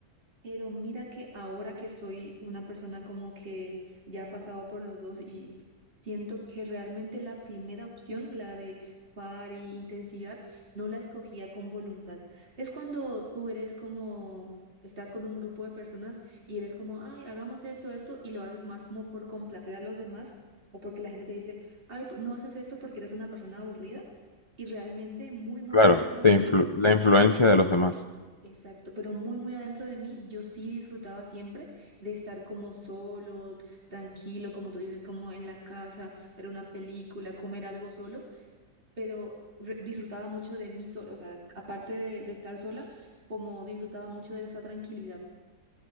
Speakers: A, on the right; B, on the left.
A: Pero mira que ahora que soy una persona como que ya ha pasado por los dos y siento que realmente la primera opción, la de par y intensidad, no la escogía con voluntad. Es cuando tú eres como, estás con un grupo de personas y eres como, ay, hagamos esto, esto, y lo haces más como por complacer a los demás o porque la gente te dice, ay, no haces esto porque eres una persona aburrida. Y realmente muy, muy
B: Claro,
A: adentro de
B: te
A: mí.
B: influ- la influencia de los demás.
A: Exacto, pero muy, muy adentro de mí, yo sí disfrutaba siempre de estar como solo, tranquilo, como tú dices, como en la casa, ver una película, comer algo solo, pero re- disfrutaba mucho de mí sola, o sea, aparte de, de estar sola, como disfrutaba mucho de esa tranquilidad.